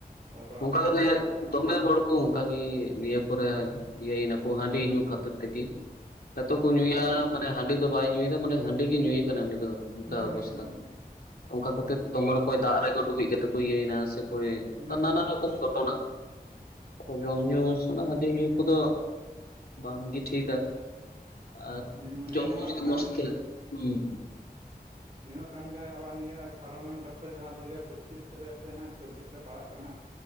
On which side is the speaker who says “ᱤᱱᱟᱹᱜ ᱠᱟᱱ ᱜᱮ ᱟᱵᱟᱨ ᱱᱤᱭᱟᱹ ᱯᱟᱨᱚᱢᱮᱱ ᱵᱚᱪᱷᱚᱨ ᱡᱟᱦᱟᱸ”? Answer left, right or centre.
Right